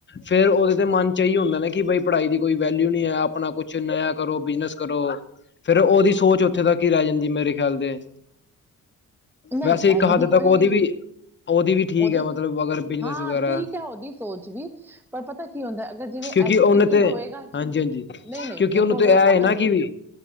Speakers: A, on the left; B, in the centre.
A: ਫੇਰ ਓਦੇ ਤੇ ਮਨ ਚ ਇਹੀ ਹੁੰਦਾ ਨਾ ਕਿ ਬਈ ਪੜ੍ਹਾਈ ਦੀ ਕੋਈ ਵੈਲਿਊ ਨੀ ਐ ਆਪਣਾ ਕੁਛ ਨਆ ਕਰੋ ਬਿਜਨਸ ਕਰੋ ਫੇਰ ਓਦੀ ਸੋਚ ਉੱਥੇ ਤੱਕ ਈ ਰੈ ਜਾਂਦੀ ਮੇਰੇ ਖਿਆਲ ਦੇ।
B: <inaudible>
A: ਵੈਸੇ ਇੱਕ
B: ਐਵੇਂ
A: ਹੱਦ
B: ਦੀ
A: ਤੱਕ
B: ਕੋਈ
A: ਉਦੀ ਵੀ ਉਦੀ ਵੀ ਠੀਕ
B: ਉਹਦੀ
A: ਐ ਮਤਲਬ ਅਗਰ ਬਿਜਨਸ
B: ਹਾਂ
A: ਵਗੈਰਾ
B: ਠੀਕ ਐ ਉਦੀ ਸੋਚ ਵੀ ਪਰ ਪਤਾ ਕੀ ਹੁੰਦਾ ਅਗਰ ਜਿਵੇਂ
A: ਕਿਉਂਕਿ
B: ਐਜੂਕੇਟਿਡ
A: ਉਹਨੇ ਤੇ
B: ਹੋਏਗਾ
A: ਹਾਂਜੀ ਹਾਂਜੀ
B: ਨਈ ਨਈ
A: ਕਿਉਂਕਿ
B: ਦੇਖੋ
A: ਉਹਨੂੰ ਤੇ
B: ਅਗਰ
A: ਇਹ ਹੈ
B: ਅਗਰ
A: ਨਾ ਕਿ ਵੀ